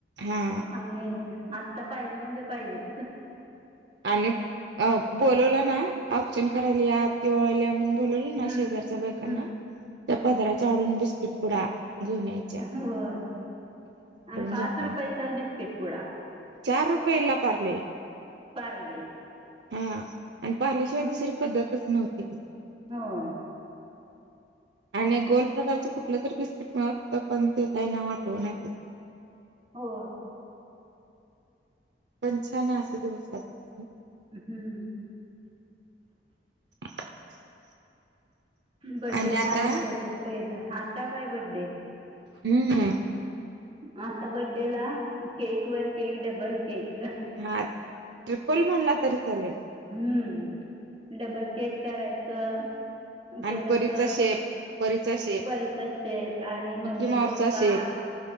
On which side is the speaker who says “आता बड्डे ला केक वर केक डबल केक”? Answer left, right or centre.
Right